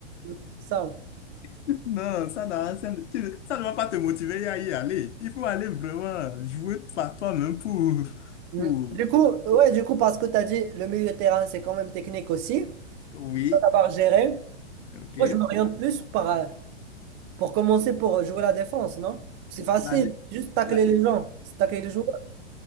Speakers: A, on the right (about 30°); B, on the left (about 85°).
A: C'est ça.
B: <laughs> Non, ça, n'a- ça, ne tu ne- ça ne va pas te motiver à y aller. Il faut aller vraiment jouer par toi-même pour,
A: Mm.
B: pour...
A: Du coup, ouais, du coup, parce que tu as dit le milieu de terrain, c'est quand même technique aussi.
B: Oui,
A: Tu d'abord gérer.
B: ok.
A: Moi, je m'oriente plus par, euh, pour commencer pour euh, jouer la défense, non? C'est facile,
B: La, la,
A: juste tacler
B: la-
A: les gens, c'est tacler les joueurs.